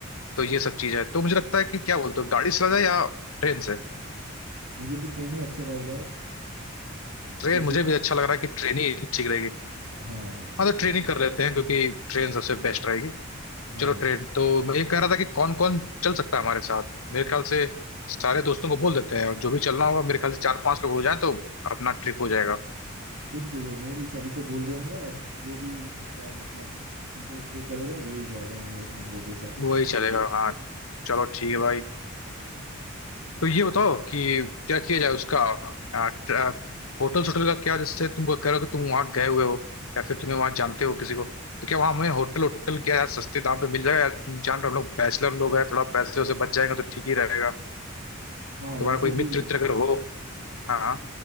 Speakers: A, on the left; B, on the right.
A: तो ये सब चीज है तो मुझे लगता है कि क्या बोलते हो गाड़ी से जाए या ट्रेन से
B: मुझे तो ट्रेन ही अच्छा लग रहा है
A: ट्रेन
B: एसी
A: मुझे भी
B: का
A: अच्छा लग रहा है कि ट्रेन ही ठीक रहेगी
B: हाँ हाँ
A: हाँ तो ट्रेन ही कर लेते हैं क्योंकि ट्रेन सबसे बेस्ट रहेगी
B: हाँ
A: चलो ट्रेन तो मैं ये कह रहा था कि कौन कौन चल सकता है हमारे साथ मेरे ख्याल से सारे दोस्तों को बोल देते हैं और जो भी चलना होगा मेरे ख्याल से चार पांच लोग हो जाए तो अपना ट्रिप हो जाएगा
B: बिल्कुल है मैं भी सभी को बोल दूंगा और जो भी उसका मतलब इंटरेस्ट शो करेगा वो ही जाएगा हमें हम लोग के साथ
A: वही चलेगा हाँ चलो ठीक है भाई अ, तो ये बताओ कि क्या किया जाए उसका अ, ट्र- होटल होटल का क्या जैसे तुम कह रहे हो कि तुम वहां गए हुए हो या फिर तुम्हें वहां जानते हो किसी को तो क्या वहां हमें होटल होटल क्या यार सस्ते दाम पे मिल जाएगा यार तुम जान रहे हो हम लोग बैचलर लोग हैं थोड़ा पैसे वैसे बच जाएगा तो ठीक ही रहेगा
B: हाँ वैसे
A: तुम्हारा कोई मित्र
B: तो
A: मित्र अगर हो हाँ हाँ।